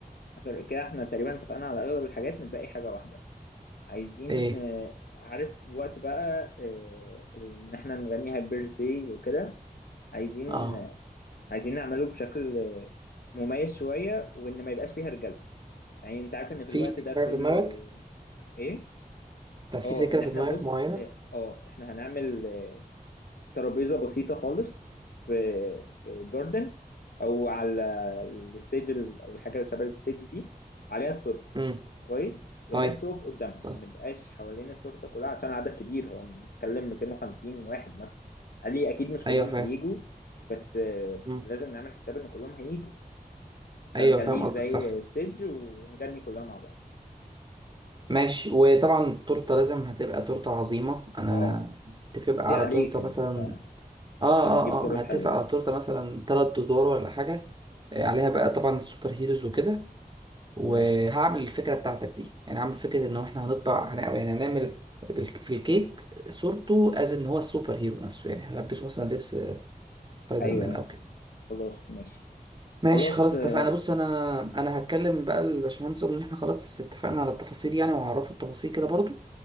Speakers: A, on the left; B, on the right.
A: اخر كده احنا تقريبا اتفقنا على اغلب الحاجات متبقي حاجه واحده عايزين
B: ايه
A: آه، عارف وقت بقى آه، ان احنا نغني هابي بيرث داي وكده عايزين
B: اه
A: آه، عايزين نعمله بشكل آه، مميز شويه وان ما يبقاش فيها رجاله يعني انت عارف ان
B: في
A: في الوقت
B: في
A: ده كله
B: حاجه في دماغك؟
A: ايه
B: طب في
A: اه
B: فكره
A: ان
B: في
A: احنا
B: دماغك
A: بص
B: معينه؟
A: اه آه، احنا هنعمل آه، ترابيزه بسيطه خالص في في جاردن او على الستيج ال- او الحاجه اللي شبه الستيج دي عليها التورته
B: امم
A: كويس والناس
B: طيب
A: تقف قدامها
B: طيب
A: ما نبقاش حوالين التورته كلها عشان العدد كبير هو بنتكلم 250 واحد مثلا علي اكيد مش كلهم
B: ايوه فاهم
A: هيجوا بس بس
B: مم.
A: لازم نعمل حساب ان كلهم هيجوا فنخليه
B: ايوه فاهم قصدك
A: زي
B: صح
A: ستيج ونغني كلها مع بعض
B: ماشي وطبعا التورته لازم هتبقى تورته عظيمه انا
A: اه آه.
B: اتفق بقى
A: دي
B: على
A: عليك
B: تورته
A: انت
B: مثلا اه
A: انت بتجيب
B: اه
A: تورت
B: اه ما انا اتفق
A: حلوه
B: على تورته مثلا تلات ادوار ولا حاجه آه، عليها بقى طبعا السوبر هيروز وكده وهعمل
A: خلاص تمام
B: الفكره بتاعتك دي يعني هعمل فكره ان احنا هنطبع هن- يعني هنعمل بال- في الكيك صورته از ان هو السوبر هيرو نفسه يعني هلبسه مثلا لبس آه، سبايدر
A: ايوه
B: مان
A: أيوة.
B: او كده
A: خلاص ماشي
B: ماشي
A: خلاص
B: خلاص
A: آه،
B: اتفقنا بص انا انا هتكلم بقى الباشمهندس اقول ان احنا خلاص اتفقنا على التفاصيل يعني وهعرفه التفاصيل كده برضو